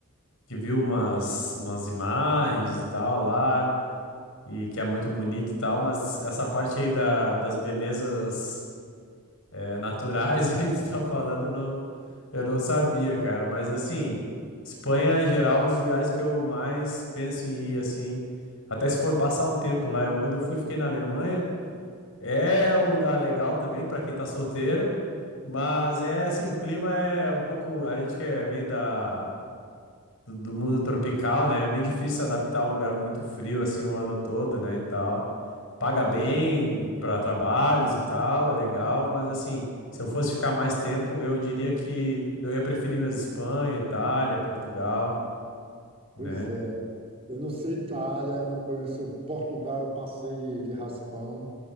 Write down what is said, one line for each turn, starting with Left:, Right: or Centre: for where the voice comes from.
Left: que viu umas, umas imagens e tal lá, e que é muito bonito e tal, mas essa parte aí da... das belezas é, naturais <laughs> aí que tu tá falando, eu não... eu não sabia, cara. Mas assim, Espanha em geral é um dos lugares que eu mais penso em ir, assim. Até se for passar um tempo lá. Eu, quando eu fui, fiquei na Alemanha. É um lugar legal também para quem tá solteiro, mas é assim, o clima é um pouco, a gente que é- vem da do do mundo tropical, né? É meio difícil se adaptar a um lugar muito frio assim o ano todo, né, e tal. Paga bem
Right: pois,
Left: para trabalhos e tal, é legal, mas assim, se eu fosse ficar mais tempo, eu diria que eu ia preferir mesmo Espanha, Itália, Portugal, né?
Right: pois é. Eu não sei Itália, não conheço Portugal, eu passei de, de raspão,